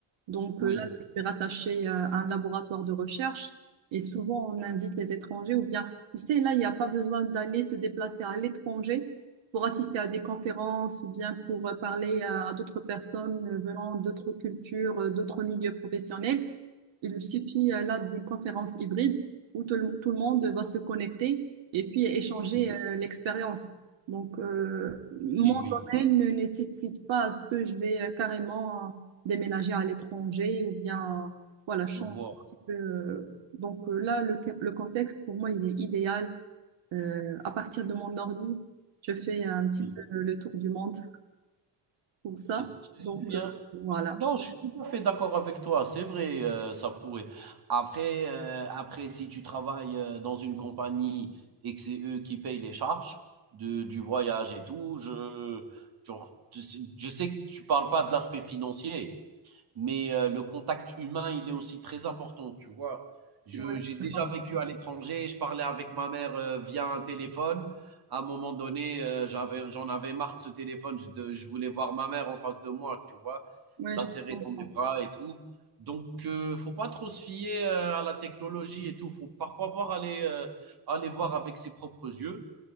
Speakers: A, on the right; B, on the right.
A: donc
B: Oui,
A: euh, là, je suis rattachée euh, à un laboratoire de recherche et souvent on invite les étrangers ou bien, tu sais, là, il n'y a pas besoin d'aller se déplacer à l'étranger pour assister à des conférences ou bien pour euh, parler à, à d'autres personnes euh, venant d'autres cultures, euh, d'autres milieux professionnels. Il suffit euh, là d'une conférence hybride où tout le, tout le monde va se connecter et puis échanger
B: oui,
A: euh, l'expérience. Donc, euh, mon
B: oui, oui,
A: domaine ne nécessite pas à ce que je vais euh, carrément euh, déménager à l'étranger ou bien, euh, voilà, changer
B: je vois,
A: un petit peu. euh. Donc euh, là, le, ca- le contexte, pour moi, il est idéal. Euh, à partir de mon ordi, je fais un petit
B: oui.
A: peu le tour du monde pour ça.
B: C'est c'est
A: Donc,
B: très bien.
A: euh, voilà.
B: Non, je suis tout à fait d'accord avec toi. C'est vrai, euh, ça pourrait. Après, euh, après, si tu travailles euh, dans une compagnie et que c'est eux qui payent les charges de, du voyage et tout, je, genre, tu sais- je sais que tu parles pas de l'aspect financier, mais euh, le contact humain, il est aussi très important, tu vois. Je,
A: Ouais,
B: j'ai déjà
A: je te comprends.
B: vécu à l'étranger, je parlais avec ma mère euh, via un téléphone. À un moment donné, euh, j'avais, j'en avais marre de ce téléphone, je, de- je voulais voir ma mère en face de moi, tu vois
A: Ouais,
B: la
A: je
B: serrer
A: te comprends.
B: dans mes bras et tout. Donc, il euh, ne faut pas trop se fier euh, à la technologie et tout. Il Faut parfois voir aller euh, aller voir avec ses propres yeux.